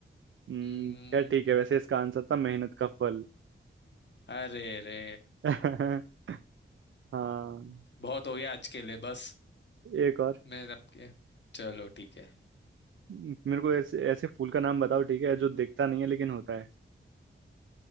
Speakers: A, on the right; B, on the left.
A: हम्म
B: हम्म
A: क्या ठीक है वैसे इसका आंसर था मेहनत का फल
B: अरे रे
A: <laughs> हाँ
B: बहुत हो गया आज के लिए बस
A: एक और
B: मैं आपके चलो ठीक है
A: हम्म, मेरे को ऐसे ऐसे फूल का नाम बताओ ठीक है जो दिखता नहीं है लेकिन होता है